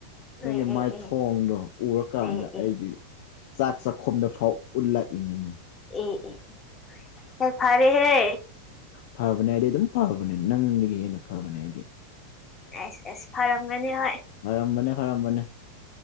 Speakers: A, on the left; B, on the left.
A: ꯅꯪꯒꯤ
B: ꯑꯦ ꯑꯦ
A: ꯃꯥꯏꯊꯣꯡꯗꯣ ꯎꯔꯀꯥꯟꯗ
B: ꯑꯦ ꯑꯦ
A: ꯑꯩꯒꯤ,
B: ꯑꯦ
A: ꯆꯥꯛ ꯆꯥꯛꯈꯣꯝꯗ ꯐꯥꯎ ꯎꯠꯂꯛꯏꯅꯤꯅꯤ꯫
B: ꯑꯦ ꯑꯦ ꯐ ꯐꯔꯦ ꯍꯦ꯫
A: ꯐꯕꯅꯦ ꯑꯩꯗꯤ ꯑꯗꯨꯝ ꯐꯕꯅꯦ ꯅꯪꯗꯒꯤ ꯍꯦꯟꯅ ꯐꯕꯅꯦ ꯍꯥꯏꯗꯤ꯫
B: ꯑꯁ ꯑꯦꯁ ꯐꯔꯝꯒꯅꯤ ꯍꯣꯏ꯫
A: ꯍꯔꯝꯕꯅꯦ ꯍꯔꯝꯕꯅꯦ꯫